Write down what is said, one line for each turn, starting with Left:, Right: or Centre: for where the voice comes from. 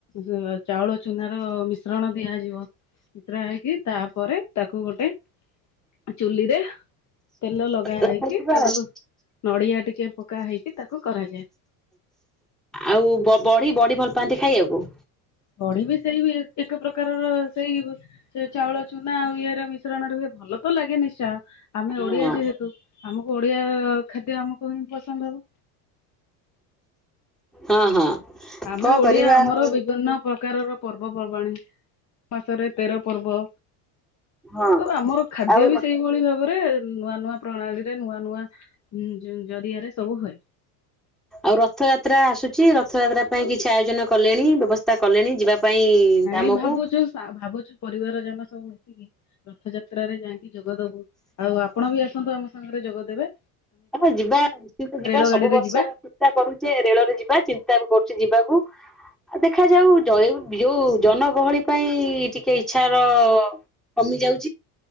Left: ଯୋ ଚାଉଳ ଚୁନାର ମିଶ୍ରଣ ଦିଆଯିବ ମିଶ୍ରା ହେଇକି ତାପରେ ତାକୁ ଗୋଟେ ଚୁଲିରେ ତେଲ ଲଗା
Centre: ରଖ
Left: ହେଇକି
Centre: ଯିବା
Left: ତାକୁ ନଡ଼ିଆ ଟିକେ ପକା ହେଇକି ତାକୁ କରାଯାଏ।
Centre: ଆଉ ବଢି ବଢି ଭଲ ପାଆନ୍ତି ଖାଇବାକୁ।
Left: ବଢି ବି ସେଇ ବି ଏକ ପ୍ରକାରର ସେଇ ସେ ଚାଉଳ ଚୁ ନା ଆଉ ଇଏ ର ମିଶ୍ରଣରେ ହୁଏ ଭଲ ତ ଲାଗେ ନିଶ୍ଚୟ ଆମେ
Centre: ହଁ
Left: ଓଡିଆ ଯେହେତୁ ଆମକୁ ଓଡିଆ ଖାଦ୍ୟ ଆମକୁ ହିଁ ପସନ୍ଦ ହବ।
Centre: ହଁ ହଁ।
Left: ଆମେ
Centre: କଣ
Left: ଓଡିଆ
Centre: କରିବା
Left: ଆମର
Centre: ଆଉ
Left: ବିଭିନ୍ନ ପ୍ରକାରର ପର୍ବପର୍ବାଣିୀ। ମାସରେ ତେର ପର୍ବ
Centre: ହଁ
Left: ଆଉ ଆମର ଖାଦ୍ୟ
Centre: ଆଉ
Left: ବି ସେଇଭଳି ଭାବରେ। ନୂଆ ନୂଆ ପ୍ରଣାଳୀ ରେ ନୂଆ ନୂଆ ଜରିଆରେ ସବୁ ହୁଏ।
Centre: ଆଉ ରଥଯାତ୍ରା ଆସୁଛି ରଥଯାତ୍ରା ପାଇଁ କିଛି ଆୟୋଜନ କଲେଣି ବ୍ୟବସ୍ଥା କଲେଣି ଯିବା ପାଇଁ
Left: ନାଇଁ
Centre: ଧାମକୁ?
Left: ଭାବୁଚୁ ଭାବୁଛୁ ପରିବାର ଜଣ ସବୁ ମିଶିକି ରଥଯାତ୍ରାରେ ଯାଇି ଯୋଗଦବୁ ଆଉ ଆପଣ ବି ଆସନ୍ତୁ ଆମ ସାଙ୍ଗରେ ଯୋଗଦେବେ।
Centre: ଆ ଯିବା ନିଶ୍ଚିନ୍ତ ଯିବା
Left: ରେଳ
Centre: ସବୁ
Left: ଗାଡିରେ
Centre: ବର୍ଷ
Left: ଯିବା।
Centre: ଚିନ୍ତା କରୁଚେ ରେଳ ରେ ଯିବା ଚିନ୍ତା କରୁଡ଼େ ଯିବାକୁ। ଆ ଦେଖାଯାଉ ଯୋଉ ଜନ ଗହଳି ପାଇଁ ଟିକେ ଇଚଛାର କମି ଯାଉ